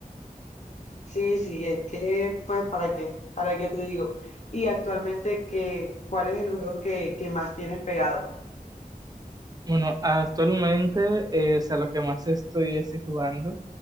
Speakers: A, on the left; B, on the right.
A: Sí, sí, es que, pues, ¿para qué? ¿Para qué te digo? Y actualmente, ¿qué, cuál es el juego que, que más tienes pegado?
B: Bueno, actualmente, eh, o sea, lo que más estoy es jugando.